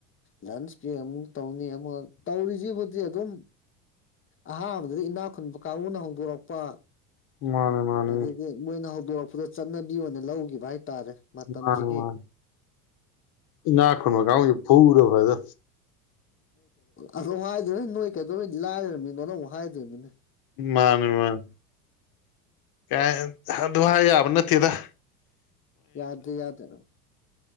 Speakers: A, on the left; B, on the left.
A: ꯂꯟꯁ ꯕꯦꯛ ꯑꯃꯨꯛ ꯇꯧꯅꯤ ꯑꯃꯨꯛ ꯇꯧꯔꯤꯁꯤꯕꯨꯗꯤ ꯑꯗꯨꯝ ꯑꯍꯥꯟꯕꯗꯗꯒꯤ ꯏꯅꯥ ꯈꯨꯨꯟꯕ ꯀꯥꯡꯕꯨꯅ ꯍꯧꯗꯣꯔꯛꯄ
B: ꯃꯥꯅꯦ ꯃꯥꯅꯦ
A: ꯑꯗꯒꯤ ꯃꯣꯏꯅꯍꯧꯗꯣꯔ ꯆꯠꯅꯕꯤ ꯑꯣꯏꯅ ꯂꯧꯈꯤꯕ <unintelligible> ꯃꯇꯝꯁꯤꯒꯤ
B: ꯃꯥꯅꯤ - ꯃꯥꯅꯤ ꯍꯅꯥꯛ ꯈꯨꯟꯕ ꯀꯥꯡꯕꯨꯖꯤ ꯐꯨꯒꯗꯧꯅꯤ
A: ꯑꯗꯣ ꯍꯥꯏꯗꯣꯏ ꯅ ꯅꯣꯏ ꯀꯩꯗꯧꯕꯩ ꯂꯥꯏꯔꯝꯃꯤꯅꯣ ꯑꯃꯨꯛ ꯍꯥꯏꯗꯣꯏꯔꯤꯕꯅꯤꯅꯦ꯫
B: ꯃꯥꯅꯤ ꯃꯥꯅꯤ ꯀꯥꯏ ꯑꯗꯨ ꯍꯥꯏ ꯌꯥꯕ ꯅꯠꯇꯦꯗꯥ ꯫
A: ꯌꯥꯗ- ꯌꯥꯗ